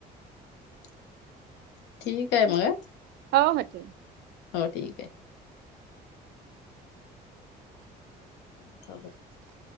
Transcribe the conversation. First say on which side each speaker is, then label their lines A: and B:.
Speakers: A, on the left; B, on the right.
A: <unintelligible> ठीकाय मग अ.
B: हो, हो. ठी
A: हो ठीकय. <unintelligible>